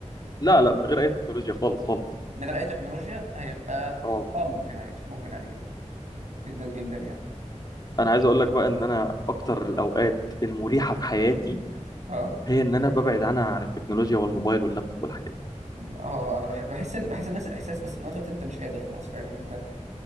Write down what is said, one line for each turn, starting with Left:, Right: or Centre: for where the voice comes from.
Left: لا لا من غير اي تكنولوجيا خالص خالص
Right: من غير اي تكنولوجيا هيبقى
Left: اه
Right: اه ممكن عادي ممكن عادي جدا جدا جدا يعني
Left: انا عايز اقول لك بقى ان انا اكتر الاوقات المريحه في حياتي
Right: اه
Left: هي ان انا ببعد عنها عن التكنولوجيا والموبايل واللابتوب والحاجات دي
Right: اه انا بح- بحس إن- بحس نفس الاحساس بس في نفس الوقت انت مش قادر خلاص فاهم ان انت